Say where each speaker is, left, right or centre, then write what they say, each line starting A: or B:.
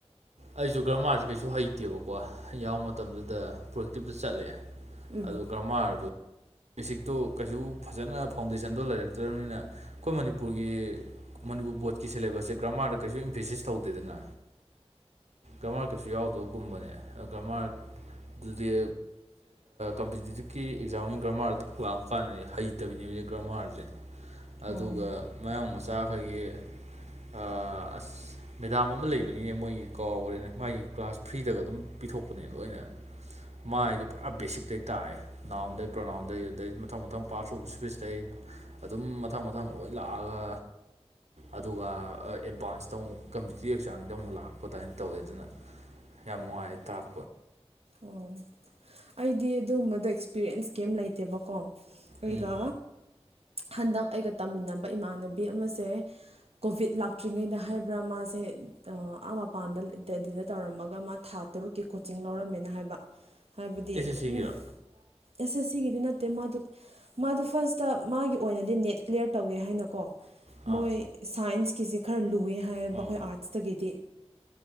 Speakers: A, on the right; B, on the right.
A: ꯑꯩꯁꯨ ꯒ꯭ꯔꯃꯥꯔꯁꯤ ꯀꯩꯁꯨ ꯍꯩꯇꯦꯕꯀꯣ ꯑꯩ ꯌꯥꯎ ꯃꯇꯝꯗꯨꯗ ꯄ꯭ꯔꯣꯛꯇꯤꯞꯇ ꯆꯠꯂꯦ
B: ꯎꯝ
A: ꯀ꯭ꯔꯃꯥꯏꯗꯨ ꯕꯦꯁꯤꯛꯇꯣ ꯀꯩꯁꯨ ꯐꯖꯅ ꯐꯥꯎꯟꯗꯦꯁꯟꯗꯣ ꯂꯩꯔꯛꯇ꯭ꯔꯕꯅꯤꯅ ꯑꯩꯈꯣꯏ ꯃꯅꯤꯄꯨꯔꯒꯤ ꯃꯅꯤꯄꯨꯔ ꯕꯣꯔꯠꯀꯤ ꯁꯦꯂꯦꯕꯁꯁꯦ ꯒ꯭ꯔꯥꯃꯥꯗ ꯀꯩꯁꯨ ꯏꯝꯐꯦꯁꯤꯁ ꯇꯧꯗꯦꯗꯅ ꯀꯃꯥꯔ ꯀꯩꯁꯨ ꯌꯥꯎꯗꯕꯒꯨꯝꯕꯅꯦ ꯀꯃ ꯑꯗꯨꯗꯤ ꯀꯝꯄꯤꯇꯤꯇꯤꯞꯀꯤ ꯑꯦꯛꯖꯥꯝ ꯒꯤ ꯀꯔꯃꯥꯔꯗꯣ ꯂꯥꯛ ꯀꯥꯟꯗꯗꯤ ꯍꯩꯇꯕꯤꯅꯦ ꯒ꯭ꯔꯃꯥꯔꯁꯦ
B: ꯑꯣ
A: ꯑꯗꯨꯒ
B: ꯑꯣ
A: ꯃꯌꯥꯡ ꯃꯆꯥ ꯆ ꯑꯩꯈꯣꯏꯒꯤ ꯑꯁ <inaudible> ꯃꯦꯗꯥꯝ ꯑꯃ ꯂꯩꯕꯅꯤꯅꯦ ꯃꯣꯏꯒꯤ ꯀꯥꯎꯈ꯭ꯔꯦꯅꯦ ꯃꯥꯒꯤ ꯀ꯭ꯂꯥꯁ ꯐ꯭ꯔꯤꯗꯒ ꯑꯗꯨꯝ ꯄꯤꯊꯣꯛꯄꯅꯦ ꯂꯣꯏꯅ ꯃꯥꯏꯗꯤ ꯄꯨꯔꯥ ꯕꯦꯁꯤꯛꯇꯇꯩ ꯇꯥꯛꯑꯦ ꯅꯥꯎꯟꯗꯩ ꯄ꯭ꯔꯣꯅꯥꯎꯟꯗ ꯑꯗꯩ ꯃꯊꯪ ꯃꯊꯪ ꯄꯥꯔꯠꯁ ꯑꯣꯐ ꯏꯁꯄꯤꯁꯇꯩ ꯑꯗꯨꯝ ꯃꯊꯪ ꯃꯊꯪ ꯂꯣꯏ ꯂꯥꯛꯑꯒ ꯑꯗꯨꯒ ꯑꯦꯗꯚꯥꯟꯁꯇ ꯑꯃꯨꯛ ꯀꯝꯄꯤꯇꯤꯤꯞ ꯑꯦꯛꯖꯥꯡꯁꯤꯗ ꯑꯃꯨꯛ ꯂꯥꯛꯄ ꯑꯗꯨꯃꯥꯏꯅ ꯇꯧꯋꯦ ꯑꯗꯨꯅ ꯌꯥꯝ ꯅꯨꯡꯉꯥꯏ ꯇꯥꯛ
B: ꯑꯣ ꯑꯩꯗꯤ ꯑꯗꯨꯒꯨꯝꯕꯗꯣ ꯑꯦꯛꯁꯄꯤꯔꯟꯁ ꯀꯩꯝ ꯂꯩꯇꯦꯕꯀꯣ ꯑꯩꯒ
A: ꯎꯝ
B: ꯍꯟꯗꯛ ꯑꯩꯒ ꯇꯝꯃꯤꯟꯅꯕ ꯏꯃꯥꯟꯅꯕꯤ ꯑꯃꯁꯦ ꯀꯣꯚꯤꯠ ꯂꯥꯛꯇ꯭ꯔꯤꯉꯩꯗ ꯍꯥꯏꯕ꯭ꯔꯥ ꯃꯥꯁꯦ ꯑꯥ ꯃꯄꯥꯟꯗ ꯗꯦꯂꯤꯗ ꯇꯧꯔꯝꯃꯒ ꯃꯥ ꯊꯥ ꯇꯔꯨꯛꯀꯤ ꯀꯣꯆꯤꯡ ꯂꯧꯔꯝꯃꯦꯅ ꯍꯥꯏꯕ ꯍꯥꯏꯕꯗꯤ
A: ꯑꯦꯁ ꯑꯦꯁ
B: ꯑꯗꯨꯝ
A: ꯁꯤꯒꯤꯔꯣ
B: ꯑꯦꯁ ꯑꯦꯁ ꯁꯤꯒꯤꯗꯤ ꯅꯠꯇꯦ ꯃꯥꯗꯨ ꯃꯥꯗꯨ ꯐꯥꯔꯁꯇ ꯃꯥꯒꯤ ꯑꯣꯏꯅꯗꯤ ꯅꯦꯠ ꯀ꯭ꯂꯤꯌꯥꯔ ꯇꯧꯒꯦ ꯍꯥꯏꯅꯀꯣ
A: ꯑꯥ
B: ꯃꯣꯏ ꯁꯥꯏꯟꯁꯀꯤꯁꯦ ꯈꯔ ꯂꯨꯑꯦ ꯍꯥꯏꯌꯦꯕ
A: ꯑꯥ
B: ꯑꯩꯈꯣꯏ ꯑꯥꯔꯠꯁꯇꯒꯤꯗꯤ